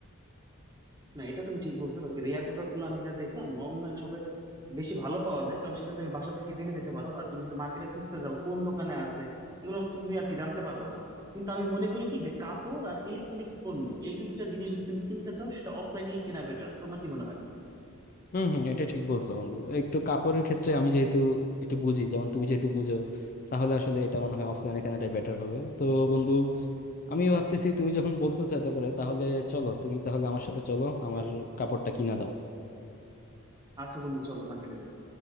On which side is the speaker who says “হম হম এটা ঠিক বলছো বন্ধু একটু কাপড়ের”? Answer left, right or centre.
Left